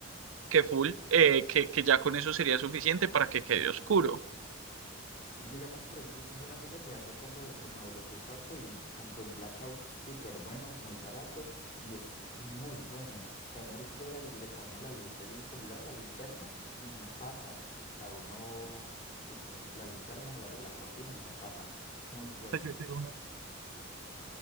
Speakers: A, on the right; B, on the left.
A: que full, eh, que, que ya con eso sería suficiente para que quede oscuro.
B: Si, digamos, por ejemplo, tengo una amiga que hace poco remodeló su cuarto y compró un blackout súper bueno, muy barato y es muy bueno. O sea, uno llega y le pone la luz del celular, la linterna y no pasa. O sea, uno si pone la linterna, la, la cortina y no pasa. Muy bueno.
A: yo quiero uno.